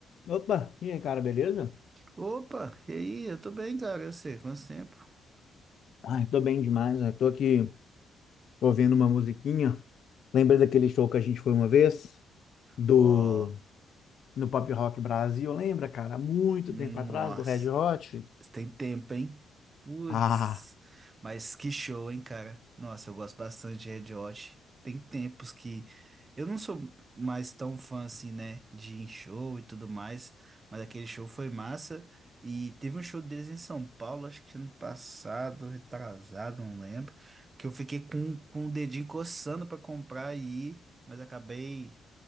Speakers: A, on the left; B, on the right.
A: Opa, e aí, cara, beleza?
B: Opa, e aí? Eu tô bem, cara. Eu sei, quanto tempo?
A: Ai, tô bem demais, né? Tô aqui ouvindo uma musiquinha. Lembra daquele show que a gente foi uma vez? Do...
B: Ó,
A: No Pop Rock Brasil, lembra, cara? Há Muito
B: nossa,
A: tempo atrás, do Red Hot.
B: tem tempo, hein? Putz,
A: Ah,
B: mas que show, hein, cara? Nossa, eu gosto bastante de Red Hot. Tem tempos que eu não sou mais tão fã assim, né, de ir em show e tudo mais, mas aquele show foi massa. E teve um show deles em São Paulo, acho que ano passado, retrasado, não lembro, que eu fiquei com, com o dedinho coçando pra comprar e ir, mas acabei.